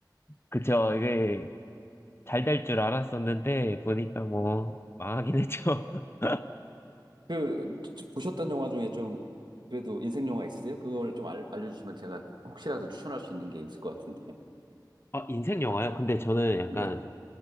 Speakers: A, on the left (about 35°); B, on the right (about 80°).
A: 그쵸, 이게. 잘될 줄 알았었는데 보니까 뭐 망하긴 했죠. <laughs>
B: 그 지- 보셨던 영화 중에 좀 그래도 인생 영화 있으세요? 그걸 좀 알, 알려주시면 제가 혹시라도 추천할 수 있는 게 있을 것 같은데.
A: 어, 인생 영화요? 근데 저는 약간
B: 네.